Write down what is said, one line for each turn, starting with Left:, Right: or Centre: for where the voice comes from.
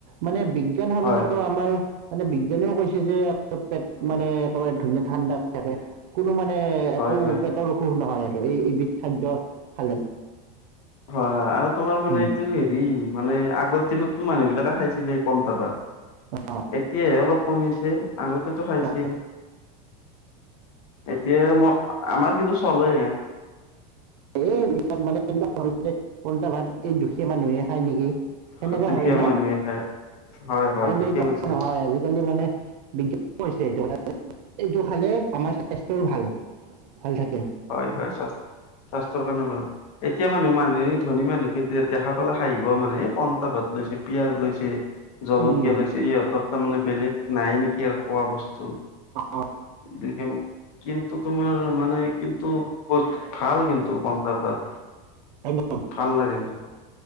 Right: মানে বিজ্ঞানসন্মত
Left: হয়
Right: আমাৰ। মানে বিজ্ঞানীও কৈছে যে পেট মানে একেবাৰে ধুনীয়া ঠাণ্ডা হৈ থাকে। কোনো মানে
Left: হয়
Right: একো
Left: হয় হয়
Right: পেটৰ অসুখ নহয় আৰু এই এবিধ খাদ্য খালে।
Left: হয় হয় আৰু তোমাৰ মানে
Right: উম,
Left: এইটো হেৰি মানে আগত। িনতো মানুহ বিলাকে খাইছিলে কমটাবাত।
Right: অ',
Left: এতিয়াহে অলপ কমিছে আগতেতো খাইছিল।
Right: অ'।
Left: এতিয়া ম আমাৰ কিন্তু চলে।
Right: এই মানে এনে যে পলটা ভাত এই দুখীয়া মানুহে খায় নেকি। সেনেকুৱা
Left: স দুখীয়া
Right: হয় নে
Left: মানুহে খায়। হয় হয়
Right: কিন্তু
Left: ঠিকে
Right: সেইটো
Left: কৈছা
Right: নহয় আজিকালি মানে বিজ্ঞান হৈছে সেটো কথা যে এইটো খালে আমাৰ স্বাস্থ্যৰ ভাল। ভাল থাকে
Left: হয় হয় স্বাস্থ স্বাস্থ্যৰ কাৰণে ভাল এতিয়া মানুহ মানুহে ধনী মানুহ কে ডেত দেখা পালে হাঁহিব মানে এ পন্টা ভাত লৈছে পিয়াজ লৈছে। জলকীয়া
Right: উম, উম,
Left: লৈছে ইহঁতৰ তাৰমানে বেলেগ নাই নেকি আৰ খোৱা বস্তু।
Right: অ',
Left: দে কিন কিন্তু তোমাৰ মানে টো <unintelligible> ভাল কিন্তু পঞ্চা পাত
Right: একদম হয়,
Left: ভাল লাগে কিন্তু